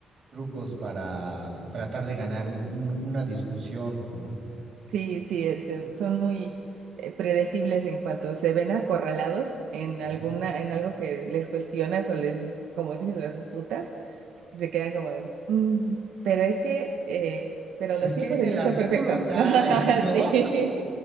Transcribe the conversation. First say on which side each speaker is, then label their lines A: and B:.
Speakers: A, on the right (about 40°); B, on the right (about 80°).
A: trucos para tratar de ganar un- un- una discusión, ¿no?
B: Sí, sí, es- son muy eh, predecibles en cuanto se ven acorralados en
A: Sí.
B: alguna, en algo que les cuestionas o les, dices- como dices, les refutas. se quedan como de, "Mm, pero es que, eh, pero
A: Es
B: los
A: que
B: tiempos
A: en
B: de
A: el
B: Dios
A: artículo
B: son perfectos.
A: tal,
B: <laughs>
A: <laughs> ¿no?
B: Sí,